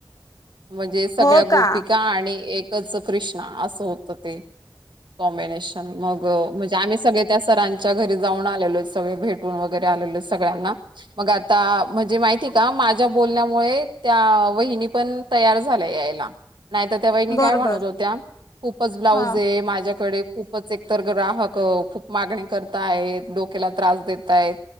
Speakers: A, on the right (about 80°); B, on the left (about 50°).
A: म्हणजे सगळ्या
B: हो का.
A: गोप आणि एकच कृष्णा असं होतं ते. कॉम्बिनेशन, मग म्हणजे आम्ही सगळे त्या सरांच्या घरी जाऊन आलेलोत सगळे भेटून वगैरे आलेलोय सगळ्यांना, मग आता म्हणजे माहित आहे का माझ्या बोलण्यामुळे त्या वहिनी पण तयार झाल्या यायला. नाहीत त्या वहिनी
B: बरोबर
A: काय म्हणत होत्या, खूपच ब्लाऊज
B: हा
A: आहे माझ्याकडे खूपच एकतर ग्राहक खूप मागणी करता आहेत, डोक्याला त्रास देत आहेत.